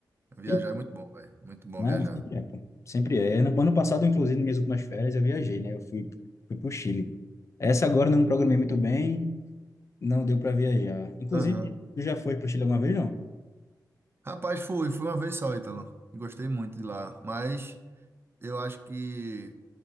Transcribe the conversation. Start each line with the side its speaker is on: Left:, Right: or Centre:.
Right: Viajar
Left: E
Right: é muito bom, velho. Muito bom
Left: Não,
Right: viajar.
Left: sempre é, pô. Sempre é. No ano passado, inclusive, nas minhas últimas férias, eu viajei, né? Eu fui, fui pro Chile. Essa agora não programei muito bem, não deu para viajar. Inclusive,
Right: Aham.
Left: tu já foi pro Chile alguma vez, não?
Right: Rapaz, fui, fui uma vez só, Ítalo. Gostei muito de lá, mas eu acho que